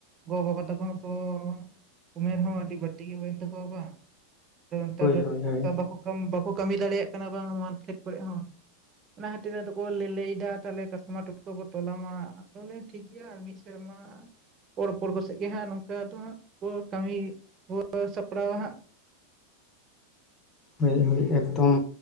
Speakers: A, on the right; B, on the left.
A: ᱜᱚ ᱵᱟᱵᱟ ᱛᱟᱠᱚ ᱦᱚᱸ ᱠᱚ ᱩᱢᱮᱨ ᱦᱚᱸ ᱟᱹᱰᱤ ᱵᱟᱹᱲᱛᱤ ᱜᱮ ᱦᱩᱭᱮᱱ ᱛᱟᱠᱚᱣᱟ ᱵᱟᱝ, ᱟᱫᱚ ᱱᱮᱛᱟᱨ
B: ᱦᱳᱭ
A: ᱫᱚ
B: ᱦᱳᱭ ᱦᱳᱭ
A: ᱵᱟᱠᱚ ᱵᱟᱠᱚ ᱠᱟᱹᱢᱤ ᱫᱟᱲᱮᱭᱟᱜ ᱠᱟᱱᱟ ᱵᱟᱝ ᱱᱚᱣᱟ ᱠᱷᱮᱛ ᱠᱚᱨᱮᱜ ᱦᱚᱸ᱾ ᱚᱱᱟ ᱠᱷᱟᱹᱛᱤᱨ ᱟᱫᱚ ᱠᱚ ᱞᱟᱹ ᱞᱟᱹᱭᱫᱟ ᱛᱟᱦᱞᱮ ᱠᱟᱥᱢᱟᱨ ᱴᱚᱴᱠᱚ ᱵᱚ ᱛᱚᱞᱟᱢᱟ᱾ ᱚᱱᱮ ᱴᱷᱤᱠ ᱜᱮᱭᱟ ᱟᱨ ᱢᱤᱫ ᱥᱮᱨᱢᱟ ᱯᱚᱲ ᱯᱚᱲ ᱠᱚ ᱥᱮᱫ ᱜᱮ ᱦᱟᱸᱜ ᱱᱚᱝᱠᱟ ᱫᱚ ᱦᱟᱸᱜ ᱠᱚ ᱠᱟᱹᱢᱤ ᱠᱚ ᱥᱟᱯᱲᱟᱣᱟ ᱦᱟᱸᱜ,
B: ᱦᱳᱭ ᱦᱳᱭ ᱮᱠᱫᱚᱢ,